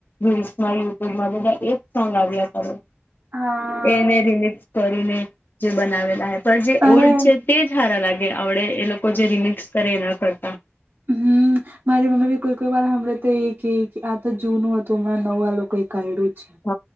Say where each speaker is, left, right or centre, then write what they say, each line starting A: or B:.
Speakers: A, on the left (about 50°); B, on the right (about 55°).
A: રીલ્સમાં યુટ્યુબમાં બધા એ સોંગ આવ્યા કરે.
B: હા
A: એને રિમિક્સ કરીને જે બનાવેલા હે પણ જે
B: અરે
A: ઓલ્ડ છે. તે જ હારા લાગે આવડે એ લોકો જે રિમિક્સ કરે ના કરતા
B: હમ્મ. મારી મમ્મીની કોઈ કોઈ વાર સાંભળે તો એ કે આ તો જૂનું હતું હમણાં નવુ આ લોકો એ કાઢ્યું છે.
A: હ